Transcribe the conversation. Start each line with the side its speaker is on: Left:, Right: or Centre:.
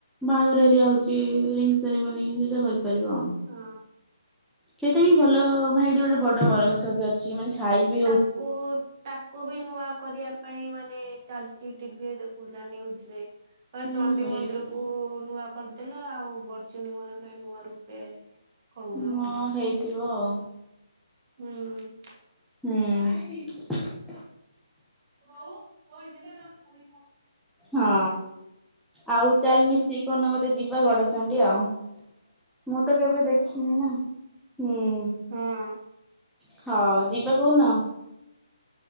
Centre: ବାହାଘର ଏରିଆ ହୋଉଛି, ରିଙ୍ଗ୍ ସେରିମନି ସେ ଯା କରି କରିବ।
Right: ହଁ।
Centre: ଚେଇଟା ବି ଭଲ ମାନେ ହେଇଠି ଗୋଟେ ବଡ ବରଗଛ ବି ଚିମାନେ ଛାଇବି
Right: ତାକୁ ତାକୁ ବି ନୂଆ କରିବା ପାଇଁ ମାନେ ଚାଲିଚି ଟିଭିରେ ଦେଖୁଥିଲା ନିୟୁଜରେ। <unintelligible>
Centre: ହୁଁ
Right: ଚଣ୍ଡି
Centre: ହେଇଥିବ
Right: ମନ୍ଦିର କୁ ନୂଆ କରିଦେଲ, ଆଉ ବର୍ଚଣ୍ଡି ମନ୍ଦିର କା ନୂଆ ରୂପେ କରୁନ
Centre: ମ ହେଇଥିବ ଆଉ।
Right: ହୁଁ।
Centre: ହୁଁ।
Right: <unintelligible>
Centre: ହଁ। ଆଉ ଚାଲ୍ ମିସିକି କଉ ଦିନ ଗୋଟେ ଯିବା ଗଡଚଣ୍ଡିୀ ଆଉ। ମୁଁ ତ କେବେ ଦେଖିନି ନା। ହୁଁ।
Right: ହଁ।
Centre: ହଁ ଯିବା କୋଦିନ?